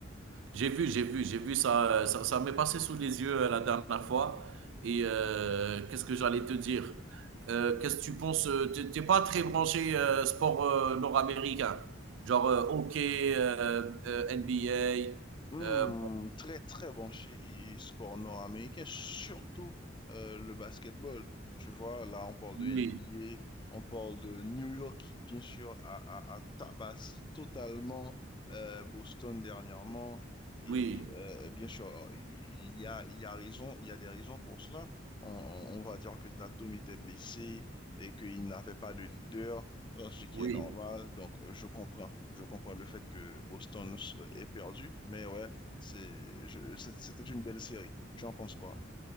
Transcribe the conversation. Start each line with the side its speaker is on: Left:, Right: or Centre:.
Right: j'ai vu, j'ai vu, j'ai vu ça, euh, ça, ça m'est passé sous les yeux euh, la dernière fois. Et euh, qu'est-ce que j'allais te dire? Euh, qu'est-ce que tu penses? euh, T'es t'es pas très branché euh, sport euh, nord-américain, genre euh, hockey, euh, euh, NBA.
Left: Hmm,
Right: euh,
Left: très très branché i- i- sport nord-américain, surtout euh, le basketball. Tu vois, là on parle
Right: oui,
Left: de NBA, on parle de New York qui bien sûr a, a- a tabassé totalement euh, Boston dernièrement. Et
Right: oui,
Left: euh, bien sûr, il y a, il y a raison, il y a des raisons pour cela. On, on- on va dire que Tatum était blessé et qu'il n'avait pas de leader euh, ce qui
Right: oui.
Left: est normal. Donc, euh, je comprends. Je comprends le fait que Boston s- ait perdu. Mais ouais, c'est, je- c'est- c'était une belle série. Tu en penses quoi?